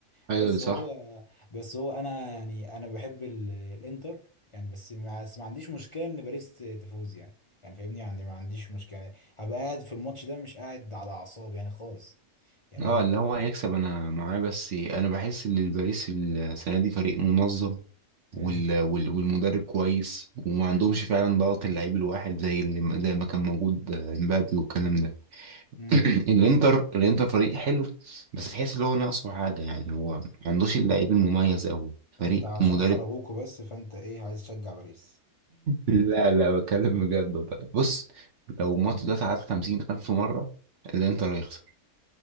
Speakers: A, on the right (about 60°); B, on the left (about 45°).
A: ايوه
B: بس
A: دي صح
B: هو بس هو انا يعني انا بحب ال- الانتر يعني بس ما, بس ما عنديش مشكله ان باريس تفوز يعني يعني فاهمني يعني ما عنديش مشكله يعني هبقى قاعد في الماتش ده مش قاعد على اعصابي يعني خالص يعني
A: اه
B: انا
A: اللي هو هيكسب انا معاه بس انا بحس ان الباريس السنه دي فريق منظم
B: امم
A: وال... وال... والمدرب كويس وما عندهمش فعلا ضغط اللعيب الواحد زي اللي زي ما كان موجود آه، امبابي والكلام ده
B: امم
A: <clears throat> الانتر الانتر فريق حلو بس تحس ان هو ناقصه حاجه يعني هو ما عندوش اللعيب المميز قوي فريق
B: انت عشان
A: مدرب
B: خرجوكوا بس فانت ايه عايز تشجع باريس
A: لا لا بتكلم بجد والله بص لو الماتش ده اتعاد خمسين ألف مرة الإنتر هيخسر